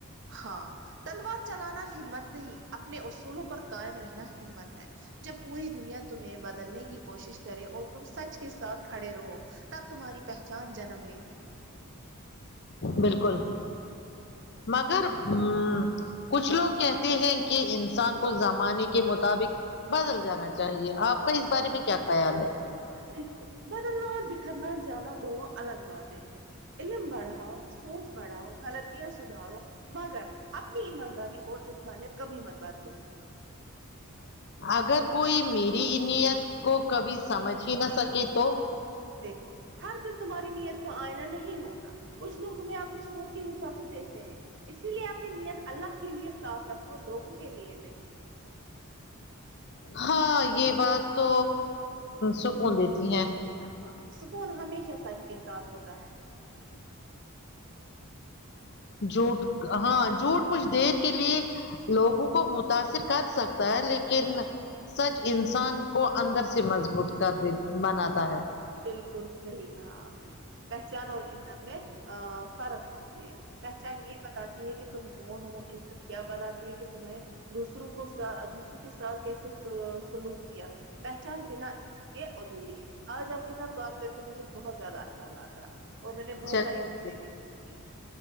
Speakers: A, on the right (about 55°); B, on the left (about 50°).
A: ہاں تلوار چلانا ہمت نہیں اپنے اصولوں پر قائم رہنا ہمت ہے جب پوری دنیا تمہیں بدلنے کی کوشش کرے اور تم سچ کے ساتھ کھڑے رہو تب تمہاری پہچان جنم لیتی ہے
B: بالکل مگر ہ کچھ لوگ کہتے ہیں کہ انسان کو زمانے کے مطابق بدل جانا چاہیے آپ کا اس بارے میں کیا خیال ہے
A: دیکھو بدلنا اور بکھرنا جانا دونوں الگ باتیں ہیں علم بڑھاؤ سوچ بڑھاؤ غلطیاں سدھارو مگر اپنی ایمانداری اور انسانیت کبھی ھی مت بدلو
B: اگر کوئی میری نیت کو کبھی سمجھ ہی نہ سکے تو
A: دیکھو ہر دن تمہاری نیت کو آئنا نہیں ہوتا کچھ لوگ تمہیں اپنی سوچ کے حساب سے دیکھتے ہیں اسی لیے اپنی نیت اللہ کے لیے صاف رکھو لوگوں کے لیے نہیں
B: ہاں یہ بات تو سکون دیتی ہے
A: ہاں سکون ہمیشہ سچ کے ساتھ ہوتا ہے
B: جوٹ ہاں جوٹ کچھ دیر کے لیے لوگوں کو متاثر کر سکتا ہے لیکن سچ انسان کو اندر سے مضبوط کر دی بناتا ہے
A: بالکل صحیح کہا آپ نے پہچان اور عزت میں فرق ہو ہوتی ہے پہچان یہ بتاتی ہے کہ تم کون ہو عزت کیا بتاتی ہے کہ تمہیں دوسروں کو ساتھ دوسروں کے ساتھ کیسے سلوک کیا پہچان بنا یہ ادھوری ہے آج آپ کے ساتھ بات کر کے مجھے بہت زیادہ اچھا لگا اور میں نے بہت
B: چلیے
A: ساری باتیں بھی سیکھی